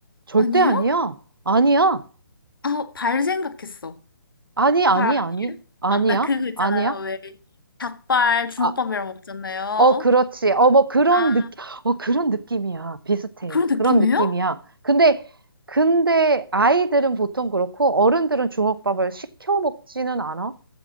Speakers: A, on the right; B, on the left.
A: 절대
B: 아니에요?
A: 아니야. 아니야.
B: 아, 어, 발 생각했어.
A: 아니, 아니,
B: 발 아니에요?
A: 아니. 아니야.
B: 아, 나 그거 있잖아요.
A: 아니야.
B: 왜 닭발 주먹밥이랑
A: 아,
B: 먹잖아요.
A: 어, 그렇지. 어, 뭐 그런
B: 아,
A: 느낌, 어, 그런 느낌이야. 비슷해.
B: 그런 느낌이에요?
A: 그런 느낌이야. 근데, 근데 아이들은 보통 그렇고 어른들은 주먹밥을 시켜 먹지는 않아.